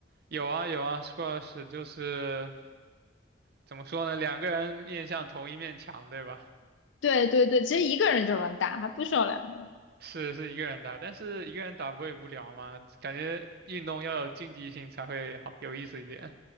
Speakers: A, on the right; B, on the left.
A: 有啊有啊，squash 就是怎么说呢，两个人面向同一面墙，对吧？
B: 对对对，其实一个人就能打，还不需要两个人。
A: 是是一个人打，但是一个人打不会无聊吗？感觉运动要有竞技性才会好有意思一点。